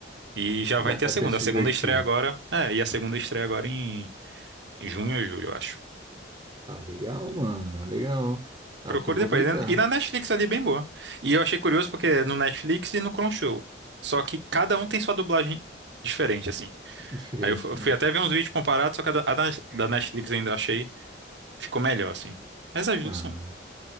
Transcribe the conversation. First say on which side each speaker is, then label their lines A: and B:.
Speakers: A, on the right; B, on the right.
A: E já
B: dá,
A: vai ter
B: é
A: a segunda.
B: pra se
A: A segunda
B: divertir.
A: estreia agora. É, e a segunda estreia agora em em junho ou julho, eu acho.
B: Ah, legal, mano, legal. dá
A: Procure
B: pra aproveitar
A: depois. E na Netflix ali, bem boa. E eu achei curioso porque é no Netflix e no Crunchyroll. Só que cada um tem sua dublagem diferente, assim.
B: diferente,
A: Aí eu fu- eu
B: né?
A: fui até ver uns vídeos comparados, só que a da, a da da Netflix ainda eu achei ficou melhor, assim. Mas as duas
B: Ah,
A: são